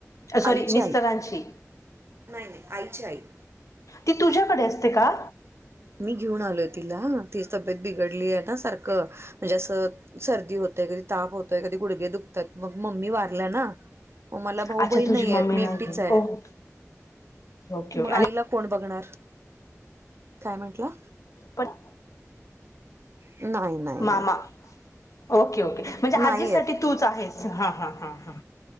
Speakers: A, on the left (about 75°); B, on the right (about 50°).
A: सॉरी
B: आईची
A: मिस्तरांशी
B: आई नाही नाही आईचे आहेई
A: ती तुझ्याकडे असते का?
B: मी घेऊन आलोय तिला, ती तब्येत बिघडली आहे ना. सारखं म्हणजे असं सर्दी होतय कधी ताप होतोय कधी गुडगे दुखतात मग मम्मी वारल्या ना मग मला भाऊ
A: अच्छा
B: बहीण
A: तुझी
B: नाही
A: मम्मी
B: आहेत. मी
A: नाहीये
B: एकटीच आहे.
A: ओके ओके
B: मग
A: ओके आणि
B: आईला कोण बघणार. काय म्हटलं.
A: पट.
B: नाही नाही.
A: मामा
B: नाही
A: ओके ओके म्हणजे
B: नाही
A: आजीसाठी
B: आहेत
A: तूच आहेस हा हां हां हां.